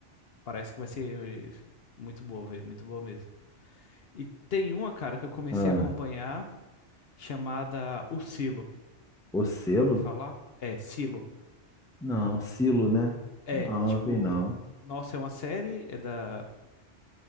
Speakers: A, on the left; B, in the centre.
A: parece que vai ser eh, muito boa, velho. Muito boa mesmo. E tem uma, cara, que eu comecei
B: Ah.
A: a acompanhar chamada O Silo.
B: O selo?
A: Já ouviu falar? É, Silo.
B: Não, silo, né?
A: É,
B: Não,
A: tipo,
B: não vi não.
A: nossa, é uma série, é da,